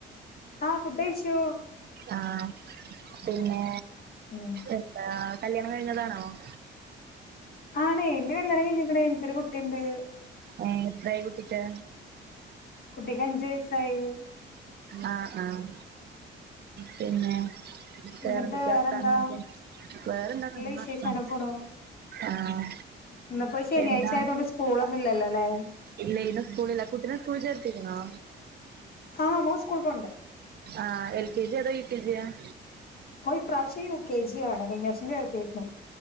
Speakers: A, on the left; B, on the right.
A: ആഹ് ഫുഡ് കഴിച്ചു
B: ആഹ് പിന്നെ
A: ഉം
B: എന്താ കല്യാണം കഴിഞ്ഞതാണോ <inaudible>
A: ആണ് എന്റെ കല്യാണം കഴിഞ്ഞിക്ക്ണ് എനിക്കൊരു കുട്ടിണ്ട്
B: ഏഹ് എത്രായി കുട്ടിക്ക്
A: കുട്ടിക്ക് അഞ്ചു വയസ്സായി
B: ആഹ് ആഹ് പിന്നെ വേറെന്തൊക്കെയ
A: എന്നിട്ട് വേറെന്താ
B: വർത്താനം വേറെന്താ നല്ല
A: വിശേഷം
B: വർത്താനം
A: അങ്ങനെ പോണു
B: ആഹ്
A: ഇന്നിപ്പോ ശനിയാഴ്ച
B: എന്താ
A: ആയതുകൊണ്ട് സ്കൂളൊന്നും ഇല്ലല്ലോ ല്ലേ
B: ഇല്ല ഇന്ന് സ്കൂൾ ഇല്ല കുട്ട്നെ സ്കൂൾ ച്ചേർത്തീക്ക്‌ണോ
A: ആഹ് മോ സ്കൂൾ പോണ്ട്
B: ആഹ് എൽ കെ ജി അതാ യു കെ ജിയാ <inaudible>
A: ഓ ഇ പ്രാവശ്യ യു കെ ജി ആണ് കഴിഞ്ഞ വർഷം ചേർത്തീക്ക്‌ണ്